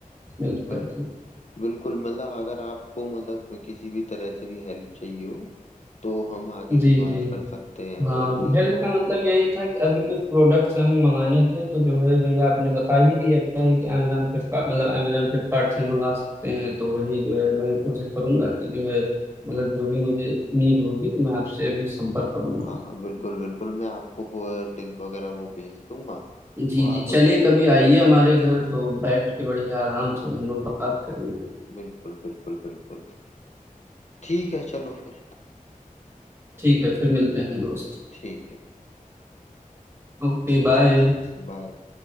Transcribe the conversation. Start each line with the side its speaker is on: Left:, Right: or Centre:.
Right: मिल
Left: नहीं बिल्कुल
Right: करके
Left: बिल्कुल मतलब अगर आपको मतलब किसी भी तरह से भी हेल्प चाहिए हो तो हम आगे
Right: जी
Left: भी बात
Right: जी
Left: कर सकते हैं और
Right: हाँ
Left: भी
Right: हेल्प का मतलब
Left: तो
Right: यही था कि अभी कुछ प्रोडक्ट्स हमें मंगाने थे तो जो है भैया आपने बता ही दिया है कि अमेजोन फ्लिपकार्ट मतलब अमेजोन फ्लिपकार्ट से मंगा सकते हैं तो वही जो है मैं कोशिश करूंगा कि जो है मतलब जो भी मुझे नीड होगी तो मैं आपसे अभी संपर्क करूंगा
Left: हाँ बिल्कुल बिल्कुल मैं आपको वो लिंक वगैरह वो भेज दूंगा
Right: जी
Left: तो आप
Right: जी चलिए
Left: उस
Right: कभी आइए हमारे घर तो बैठ के बढ़िया आराम से हम लोग बात करेंगे
Left: बिल्कुल बिल्कुल बिल्कुल बिल्कुल ठीक है चलो फिर
Right: ठीक है फिर मिलते हैं दोस्त
Left: ठीक है
Right: Okay bye
Left: बाय